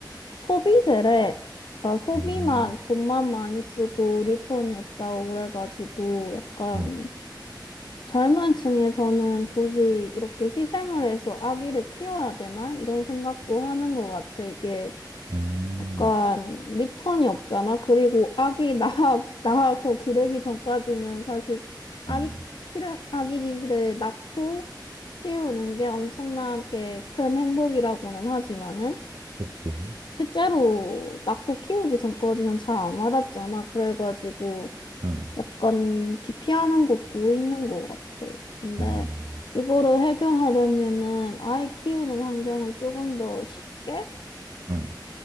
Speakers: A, on the left; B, on the right.
A: 소비재래. 그러니까 소비만
B: 음,
A: 돈만 많이 쓰고 리턴이 없다고 그래가지고 약간
B: 음,
A: 젊은 층에서는 굳이 이렇게 희생을 해서 아기를 키워야 되나? 이런 생각도 하는 것 같아. 이게
B: 음,
A: 약간 리턴이 없잖아. 그리고 아기 <laughs> 낳아, 낳아서 기르기 전까지는 사실 아기,
B: 음,
A: 키르, 아기를 낳고 키우는 게 엄청나게 큰 행복이라고는 하지만은
B: 그치.
A: 실제로 낳고 키우기 전까지는 잘 안 와닿잖아. 그래가지고
B: 음,
A: 약간 기피하는 것도 있는 것 같아. 근데
B: 음,
A: 이거를 해결하려면은 아이 키우는 환경을 조금 더 쉽게
B: 음,